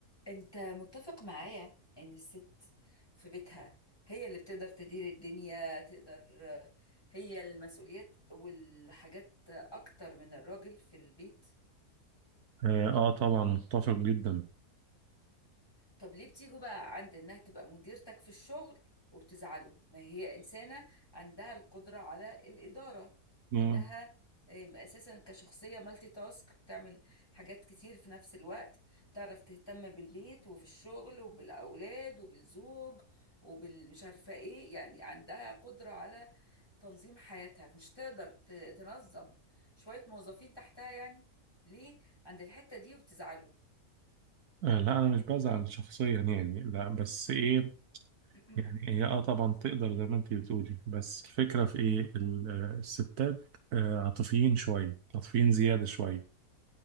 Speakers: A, on the left; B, on the right.
A: انت متفق معايا ان الست في بيتها هي اللي بتقدر تدير الدنيا تقدر هي المسؤوليات والحاجات اكتر من الراجل في البيت
B: اه آه، طبعا متفق جدا
A: طب ليه بتيجوا بقى عند انها تبقى مديرتك في الشغل وبتزعلوا ما هي انسانة عندها القدرة على الإدارة
B: مم.
A: انها آم، اساسا كشخصية مالتي تاسك بتعمل حاجات كتير في نفس الوقت تعرف تهتم بالبيت وفي الشغل وبالأولاد وبالزوج وبالمش عارفة ايه يعني عندها قدرة على تنظيم حياتها مش تقدر ت- تنظم شوية موظفين تحتها يعني ليه عند الحتة دي وبتزعلوا
B: آه لا انا مش بزعل شخصيا يعني لا بس ايه
A: <clears throat>
B: يعني هي اه طبعا تقدر زي ما انت بتقولي بس الفكره في ايه ال- آه، الستات آه عاطفيين شويه عاطفيين زياده شويه